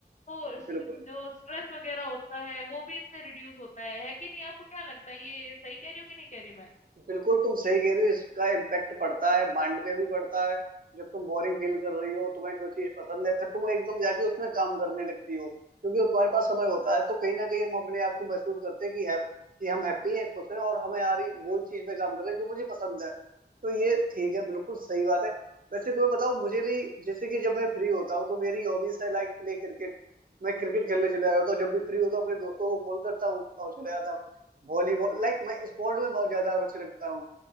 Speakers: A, on the left; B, on the right.
A: तो स-
B: बिल्कुल
A: जो स्ट्रेस वगैरह होता है वो भी इससे रिड्यूस होता है है कि नहीं आपको क्या लगता है ये सही कह रही हूँ कि नहीं कह रही मैं
B: बिल्कुल तुम सही कह रहे हो इसका इम्पेक्ट पड़ता है माइंड पे भी पड़ता है जब तुम बोरिंग फील कर रही हो तुम्हें जो चीज पसंद है फिर तुम एकदम जाके उसमें काम करने लगती हो क्योंकि तुम्हारे पास समय होता है तो कहीं ना कहीं हम अपने आप को महसूस करते हैं कि है, कि हम हैप्पी हैं खुश हैं और हमें आ रही वो चीज पे काम कर रहे हैं जो मुझे पसंद है तो ये ठीक है बिल्कुल सही बात है वैसे तुम्हें बताओ मुझे भी जैसे कि जब मैं फ्री होता हूँ तो मेरी हॉबीज है लाइक प्ले क्रिकेट मैं क्रिकेट खेलने चले जाता हूँ तो जब भी फ्री होता हूँ अपने दोस्तों को कॉल करता हूँ और चले जाता हूँ वॉलीबॉल लाइक मैं स्पोर्ट में बहुत ज्यादा रुचि रखता हूँ